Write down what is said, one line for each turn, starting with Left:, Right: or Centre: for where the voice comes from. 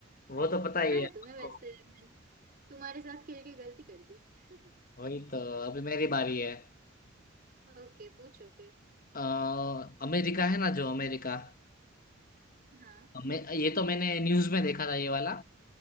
Left: वो तो पता
Right: आता
Left: ही
Right: है
Left: है आपको
Right: तुम्हें वैसे मैं तुम्हारे साथ खेल के गलती कर दी <laughs>
Left: वही तो अभी मेरी बारी है
Right: ओके पूछो फिर
Left: अ, अमेरिका है ना जो अमेरिका
Right: हाँ
Left: अमे, ये तो मैंने न्यूज में देखा था ये वाला